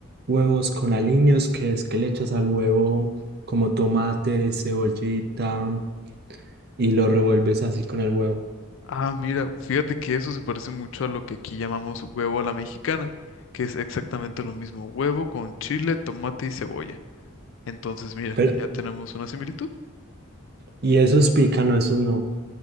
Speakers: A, on the right; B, on the left.
A: huevos con aliños, que es que le echas al huevo como tomate, cebollita y lo revuelves así con el huevo.
B: Ah, mira, fíjate que eso se parece mucho a lo que aquí llamamos huevo a la mexicana, que es exactamente lo mismo, huevo con chile, tomate y cebolla. Entonces, mira,
A: Pero,
B: ya tenemos una similitud.
A: y esos pican, no, esos no.